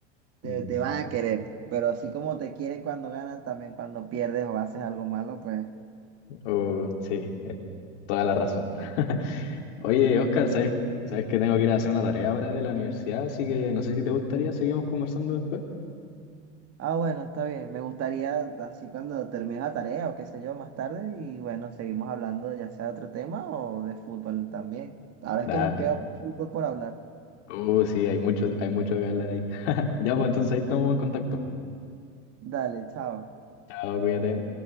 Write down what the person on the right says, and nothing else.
te,
te van a querer. Pero así como te quieren cuando ganan, también cuando pierdes o haces algo malo, pues...
mm,
Ah, bueno, está bien. Me gustaría, así cuando termine la tarea o qué sé yo, más tarde, y bueno, seguimos hablando ya sea de otro tema o de fútbol también. Ahora
es que nos
queda fútbol por hablar.
Dale, chao.